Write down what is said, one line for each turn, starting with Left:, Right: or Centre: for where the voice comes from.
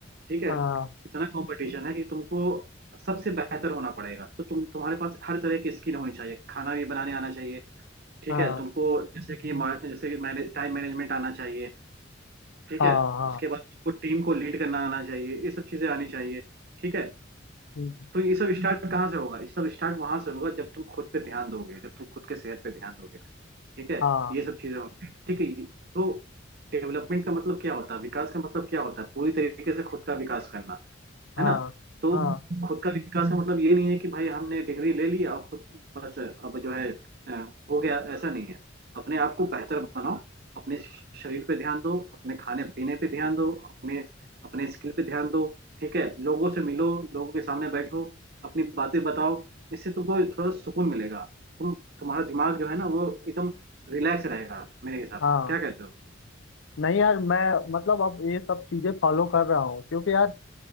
Right: ठीक है
Left: हाँ
Right: इतना कंपटीशन है कि तुमको सबसे बेहतर होना पड़ेगा तो तुम तुम्हारे पास हर तरह की स्किल होनी चाहिए खाना भी बनाने आना चाहिए ठीक
Left: हाँ
Right: है तुमको जैसे कि मा- जैसे कि मैनेज टाइम मैनेजमेंट आना चाहिए ठीक
Left: हाँ
Right: है
Left: हाँ
Right: इसके बाद तुमको टीम को लीड करना आना चाहिए ये सब चीजें आनी चाहिए ठीक है
Left: हम्म,
Right: तो ये सब स्टार्ट कहाँ से होगा ये सब स्टार्ट वहां से होगा जब तुम खुद पे ध्यान दोगे जब तुम खुद के सेहत पे ध्यान दोगे ठीक है
Left: हाँ
Right: ये सब चीजें होंगी ठीक है ये- तो डेवलपमेंट का मतलब क्या होता है विकास का मतलब क्या होता है पूरी तरीके से खुद का विकास करना
Left: हाँ
Right: है ना तो
Left: हाँ
Right: खुद का विकास का मतलब ये नहीं है कि भाई हमने डिग्री ले ली और खुद बस अब जो है अ, हो गया ऐसा नहीं है अपने आप को बेहतर बनाओ अपने श- शरीर पे ध्यान दो अपने खाने पीने पे ध्यान दो अपने अपने स्किल पे ध्यान दो ठीक है लोगों से मिलो लोगों के सामने बैठो अपनी बातें बताओ इससे तुमको थोड़ा सुकून मिलेगा तुम तुम्हारा दिमाग जो है ना वो एकदम रिलैक्स रहेगा मेरे हिसाब
Left: हाँ
Right: से क्या कहते हो
Left: नहीं यार मैं मतलब अब ये सब चीजें फॉलो कर रहा हूँ क्योंकि यार